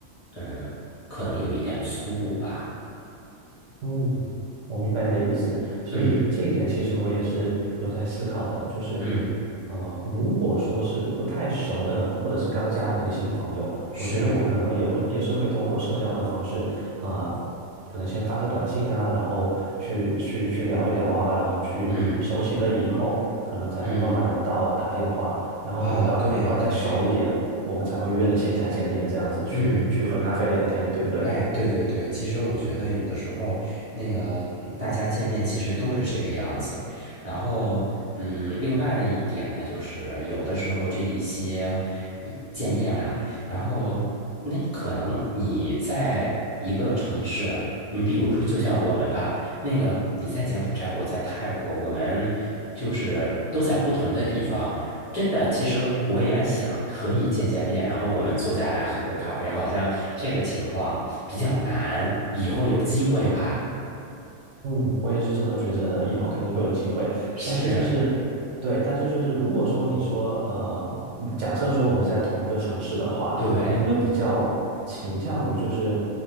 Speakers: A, on the left (about 30°); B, on the right (about 65°).
A: 嗯，可能有一点粗鲁吧。
B: 嗯，我明白你的意思，所以这一点其实我也是有在思考的，
A: 嗯
B: 就是，
A: 嗯，
B: 呃，如果说是不太熟的或者是刚加的一个新朋友，
A: 是。
B: 我觉得我可能也会也是会通过社交的方式，啊、可能先发个短信啊，然后去去去聊一聊啊，然后去熟悉了以后，
A: 嗯
B: 可能才会慢慢的到打电话，
A: 嗯
B: 然后可能到打电话再熟一点，
A: 啊，对呀对呀，
B: 我们才会约的线下见面，这样子去去喝咖啡聊天，
A: 嗯，
B: 对不对？
A: 哎，对对对，其实我觉得有的时候那个大家见面其实都是这个样子，然后嗯，另外的一点呢，就是有的时候这一些嗯见面吧，然后那可能你在一个城市，你比如说就像我们吧，那个你在柬埔寨，我在泰国，我们就是都在不同的地方。真的，其实我也想和你见见面，然后我们坐下来喝个咖啡，好像这个情况比较难，以后有机会吧？
B: 嗯，我也是这么觉着的，以后肯定会有机会。
A: 是，
B: 但是就是，对，但是就是，如果说你说，呃，假设说我们是在同一个城市的话，
A: 对，
B: 你会比较倾向于就是，